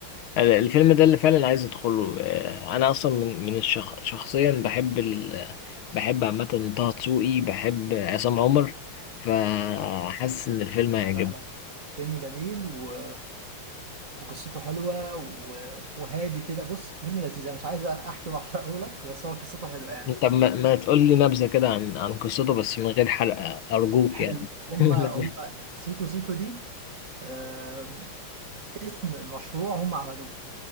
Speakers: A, on the left; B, on the right.
A: ال- الفيلم ده اللي فعلا عايز أدخله آه، أنا أصلا من من الشخ... شخصيا بحب ال... بحب عامة طه دسوقي بحب عصام عمر فحاسس إن الفيلم هيعجبني
B: لا لا فيلم جميل و... وقصته حلوه و... وهادي كده بص فيلم لذيذ انا مش عايز احكي واحرقه لك بس هو قصته حلوه يعني
A: طب ما, ما تقول لي نبذة كده عن عن قصته بس من غير حرق أرجوك
B: حلو
A: يعني
B: هما
A: <laughs>
B: هما سيكو سيكو دي آم، اسم مشروع هما عملوه